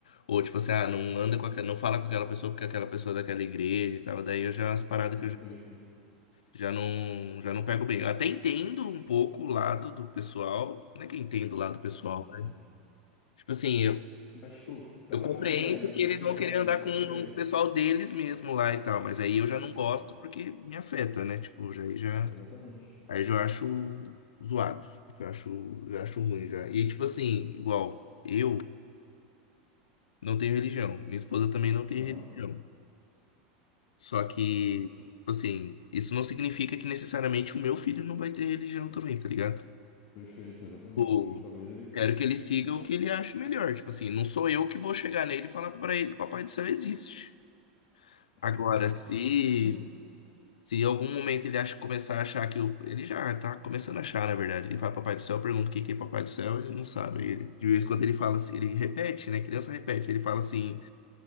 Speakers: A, on the left (about 85°); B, on the left (about 55°).
A: ou tipo assim, ah, não anda com aquela, não fala com aquela pessoa porque aquela pessoa é daquela igreja e tal. Daí eu já, as paradas
B: Perfeito.
A: que eu já, já não, já não pego bem. Eu até entendo um pouco o lado do pessoal, não é que eu entendo o lado pessoal,
B: Sim, sim.
A: né? Tipo assim, eu,
B: Mas, tipo, dá
A: Eu
B: pra
A: compreendo
B: ter uma ideia, né? Do
A: que
B: porquê
A: eles vão
B: ela
A: querer
B: fazem
A: andar
B: isso.
A: com
B: Compreende.
A: o pessoal deles mesmo lá e tal, mas aí eu já não gosto
B: Sim.
A: porque me afeta, né? Tipo, já, aí já,
B: Exatamente.
A: aí já acho zoado, já acho, já acho ruim já. E tipo assim, igual, eu não tenho religião, minha esposa também não tem
B: Aham.
A: religião. Só que,
B: Sim, sim.
A: tipo assim, isso não significa que necessariamente o meu filho não vai ter religião também, tá ligado?
B: Perfeito, exatamente.
A: Tipo,
B: Talvez ele.
A: quero que ele siga o que ele acha melhor. Tipo assim, não sou eu que vou chegar nele e falar pra ele que o Papai do Céu existe.
B: <laughs>
A: Agora, se Se em algum momento ele acha, começar a achar que o. Ele já tá começando a achar, na verdade. Ele fala Papai do Céu, pergunta o que que é Papai do Céu, ele não sabe. Ele, de vez em quando ele fala assim, ele repete, né? Criança repete, ele fala assim,